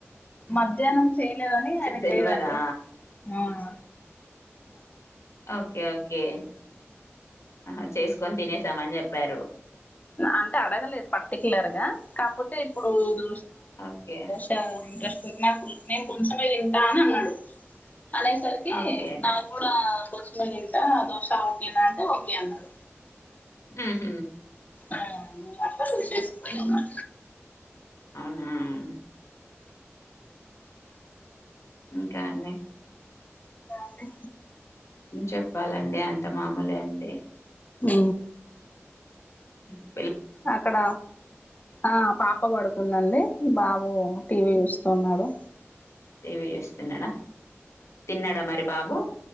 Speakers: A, on the left (about 35°); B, on the left (about 80°).
A: మధ్యాహ్నం చేయలేదని
B: చె
A: ఆయన
B: తెల్వదా?
A: తెలీదండి అ
B: ఓకే ఓకే అహ చేసుకొని తినేసామని చెప్పారు
A: అంటే అడగలేదు పర్టిక్యులర్ గా కాకపోతే ఇప్పుడు ఉందిో
B: ఓకే.
A: చాలా ఇంట్రెస్ట్ నాకు నేను కొంచెమే తింటా అని అన్నాడు అదే సరికి
B: ఓకే.
A: నాకు కూడా కొంచెమే తింటా దోశ ఓకేనా అంటే ఓకే అన్నడు
B: మ్ హు
A: అ అట్లా చూస్ <unintelligible> నున్న
B: మ్ ఇంకా అండి
A: ఇంకా అండి
B: చెప్పాలండి అంత మామూలే అండి
A: మ్
B: అ
A: అక్కడ ఆ పాప పడుతుందండి బాబు టీవీ చూస్ తున్నాడు
B: టివి చేస్తున్నాడా తిన్నాడా మరి బాబు